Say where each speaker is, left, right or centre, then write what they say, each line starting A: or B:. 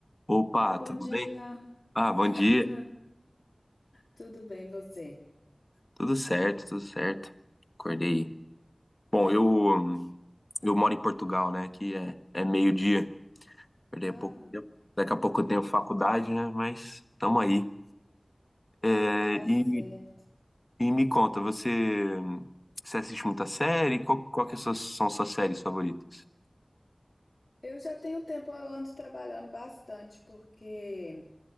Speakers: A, on the left (about 30°); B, on the left (about 70°).
A: Opa,
B: Oi, bom
A: tudo
B: dia.
A: bem? Ah, bom dia.
B: <laughs> Tudo bem, você?
A: Tudo certo, tudo certo. Acordei. Bom, eu hum, eu moro em Portugal, né? Aqui é, é meio-dia. Acordei
B: Ah,
A: há pouco tempo. Daqui a pouco eu tenho faculdade, né? Mas tamo aí. É,
B: tá
A: e,
B: certo.
A: e me conta, você, hum, você assiste muita série? Qual, qual que são são suas séries favoritas?
B: Eu já tenho tempo, eu ando trabalhando bastante, porque